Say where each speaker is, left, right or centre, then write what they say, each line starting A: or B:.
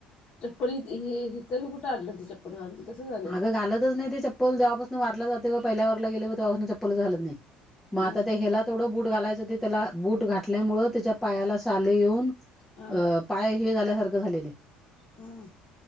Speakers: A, on the left; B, in the centre.
A: चप्पल ह ह तर हीत बी कुट आणलं ते चप्पल घालून तसेच आणलं.
B: अगं घालतच नाही ते चप्पल. चप्पल जेव्हापासून वारीला जाते व पहिल्या वारीला गेले व तेवपून चप्पलच घालत नाही म आता
A: ह
B: ते हेेला. तेवडं बूट घालायचं ते त्याला बूट घाटल्यामुळ त्याच्या पायाला साले येऊन
A: ह
B: अ पाय हे झाल्यासारखं झालेले
A: ह